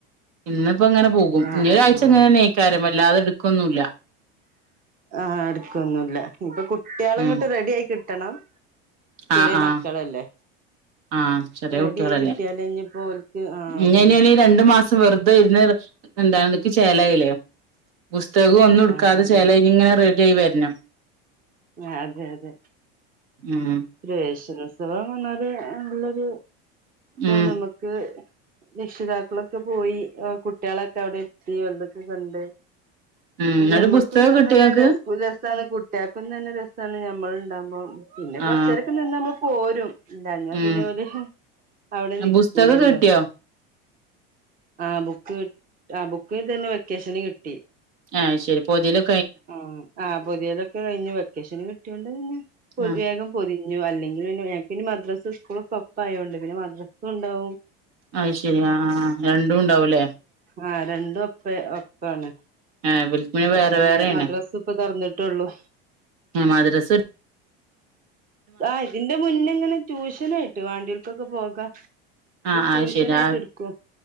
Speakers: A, on the right; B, on the right.
A: ഇന്നിപ്പോ ഇങ്ങനെ പോകും.
B: ആഹ്
A: ഇനി
B: ആഹ്
A: ഒരാഴ്ച
B: ആഹ്
A: ങ്ങനെ ന്നെഴ് കാരം വല്ലാതെ ടുക്കൊന്നുല്ല
B: ആഹ് എടുക്കൊന്നുല്ല. ഇപ്പൊ കുട്ടിയാള്
A: ഉം
B: ഇങ്ങട്ട് റെഡി ആയി കിട്ടണം ചെറിയെ
A: ആഹ് ആഹ്
B: മക്കളല്ലേ
A: ആഹ് ചെറിയ
B: റെഡി
A: കുട്ടികളല്ലേ
B: ആയി കിട്ടിയാലിനിപ്പോ ഓലക്ക് ആ അതന്നെ
A: ഇങ്ങനെയാണെ രണ്ടു മാസം വെറുതെ ഇരുുന്ന എന്താണനിക്ക് ചേലായില്ലേ പുസ്തകം ഒന്നും എടുക്കാതെ
B: ആഹ് ആഹ്
A: ചേലായി ഇനി ഇങ്ങനെ റെഡി ആയി വരണം.
B: അതെ അതെ
A: ഉം
B: പ്രവേശനോത്സവം വന്നാൽ നല്ലൊരു ഇതാ
A: ഉം
B: നമുക്ക്. രക്ഷിതാക്കളൊക്കെ പോയി. അഹ കുട്ടി കുട്ടികളൊക്കെ അവിടെ എത്തി. വെറുതെ എന്തൊക്കെ കണ്ട്
A: ഉം
B: അപ്പോ
A: ന്നട്ട്
B: ഞമ്മക്കുംങ്ങനെ
A: പുസ്തകം കിട്ടിയോ ങ്ങക്ക്
B: രസ ഒരു രസമാണ് കുട്ടിയേക്കും തന്നെ രസമാണ് നമ്മൾ ഉണ്ടാവുപോം പിന്നെ കൊറച്ച്
A: ആഹ്
B: നേരൊക്കെ നിന്ന് നമ്മൾ പോരും വന്നാ
A: ഉം
B: പിന്നെ അതുപോല അവിടെ നിക്കൂലല്ലോ
A: പുസ്തകം കിട്ടിയോ
B: ആഹ ബുക്ക് ആഹ ബുക്ക് തന്നെ വെക്കേഷന് കിട്ടി
A: ആഹ് ശരി പൊതിടലൊ
B: ആഹ ആഹ് പൊതിയിടലൊക്കെ കഴിഞ്ഞു. വെക്കേഷൻ കിട്ടിയൊണ്ട് പിന്നെ
A: ആഹ്
B: വേഗം. പൊതിഞ്ഞു. അല്ലെങ്കിൽ ഞങ്ങക്ക് ഇനി മദ്രസ്സ സ്കൂള് ഒക്കെ ഒപ്പമായോണ്ട്. പിന്നെ മദ്രസ്സ ഉണ്ടാവും.
A: അത് ശരിയാ ആഹ രണ്ടും ഉണ്ടാവൂല്ലേ.
B: ആഹ രണ്ടും ഒപ്പം. ഒപ്പാണ്
A: ഏഹ് ഇവൽക്ക്
B: അപ്പൊ
A: വേറെ
B: പിന്നെ
A: വേറേണ്
B: മദ്രസ്സ ഇപ്പം തുറന്നിട്ടുള്ളു
A: ആഹ മദ്രസ്സ
B: ആഹ ഇതിന്റെ മുന്നെ. ഇങ്ങനെ ട്യൂഷനായിട്ട് വേണ്ടിയോർക്കൊക്കെ പോകാൻ ആഹ
A: ആഹ്
B: ട്യൂഷൻ
A: അത് ശരി
B: ആയിട്ട്
A: ആഹ്
B: എടുക്കും.